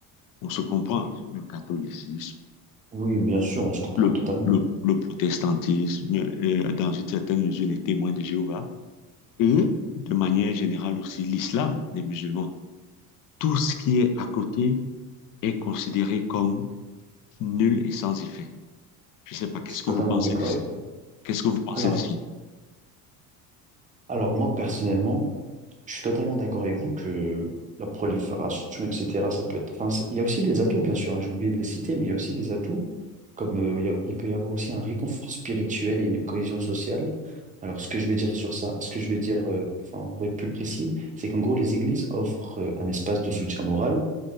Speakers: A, on the left; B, on the right.
A: on se comprend. Le catholicisme,
B: Oui, bien sûr, on se comprend
A: le,
B: totalement.
A: le, le protestantisme, euh, dans une certaine mesure, les témoins de Jéhovah, et de manière générale aussi l'islam des musulmans. Tout ce qui est à côté est considéré comme nul et sans effet. Je ne sais pas, qu'est-ce
B: Je suis
A: que
B: totalement
A: vous pensez
B: d'accord
A: de ça?
B: avec vous.
A: Qu'est-ce que vous pensez
B: Alors,
A: de ça?
B: alors moi, personnellement, Je suis totalement d'accord avec vous que la prolifération, etc., ça peut être. Enfin, c'est- il y a aussi des atouts, bien sûr, hein, j'ai oublié de les citer, mais il y a aussi des atouts, comme euh, il y a- il peut y avoir aussi un réconfort spirituel et une cohésion sociale. Alors, ce que je veux dire sur ça, ce que je veux dire, euh, enfin, pour être plus précis, c'est qu'en gros, les églises offrent euh, un espace de soutien moral